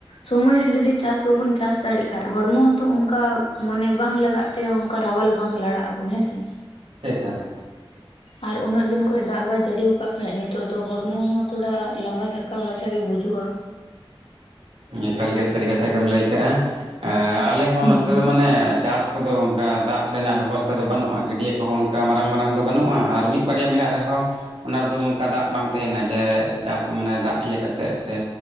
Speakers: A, on the left (about 80°); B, on the right (about 70°).
A: ᱥᱚᱢᱚᱭ ᱨᱮ ᱡᱩᱫᱤ ᱪᱟᱥ ᱵᱟᱵᱚᱱ ᱪᱟᱥ ᱫᱟᱲᱮᱜ ᱠᱷᱟᱱ ᱦᱚᱲᱢᱚ ᱦᱚᱛᱚ ᱚᱱᱠᱟ ᱢᱚᱱᱮ ᱵᱟᱝ ᱞᱟᱜᱟᱜ ᱛᱮ ᱚᱝᱠᱟ ᱨᱟᱣᱟᱞ ᱵᱟᱝ ᱞᱟᱲᱟᱜ ᱟᱵᱚᱱ ᱦᱮᱸ ᱥᱮ
B: ᱮᱠᱟᱞ
A: <inaudible> ᱟᱨ ᱩᱱᱟᱹᱜ ᱫᱤᱱ ᱠᱷᱚᱱ ᱫᱟᱜ ᱵᱟᱭ ᱡᱟᱹᱲᱤ ᱟᱠᱟᱫ ᱠᱷᱟᱱ ᱱᱤᱛᱚᱜ ᱫᱚ ᱦᱚᱲᱢᱚ ᱦᱚᱸ ᱛᱷᱚᱲᱟ ᱞᱟᱸᱜᱟ ᱛᱷᱟᱠᱟᱣ ᱢᱟᱪᱷᱟ ᱜᱮ ᱵᱩᱡᱩᱜᱼᱟ
B: ᱮᱠᱟᱞᱜᱮ ᱥᱟᱹᱨᱤ ᱠᱟᱛᱷᱟ ᱜᱮᱢ ᱞᱟᱹᱭ ᱠᱟᱜᱼᱟ ᱟᱞᱮ ᱦᱚᱸ
A: ᱦᱩᱸ
B: ᱱᱚᱛᱮ ᱫᱚ ᱢᱟᱱᱮ ᱪᱟᱥ ᱠᱚᱫᱚ ᱚᱱᱠᱟ ᱫᱟᱜ ᱨᱮᱱᱟᱜ ᱵᱮᱵᱚᱥᱛᱷᱟ ᱫᱚ ᱵᱟᱹᱱᱩᱜᱼᱟ ᱜᱟᱹᱰᱭᱟᱹ ᱠᱚᱦᱚᱸ ᱚᱱᱠᱟ ᱢᱟᱨᱟᱝ ᱢᱟᱨᱟᱝ ᱫᱚ ᱵᱟᱹᱱᱩᱜᱼᱟ ᱟᱨ ᱢᱤᱫ ᱵᱟᱨᱭᱟ ᱢᱮᱱᱟᱜ ᱨᱮᱦᱚᱸ ᱚᱱᱟ ᱨᱮᱫᱚ ᱱᱚᱝᱠᱟ ᱫᱟᱜ ᱵᱟᱝ ᱛᱟᱦᱮᱱᱟ ᱡᱮ ᱪᱟᱥ ᱢᱟᱱᱮ ᱫᱟᱜ ᱤᱭᱟᱹ ᱠᱟᱛᱮᱜ ᱥᱮ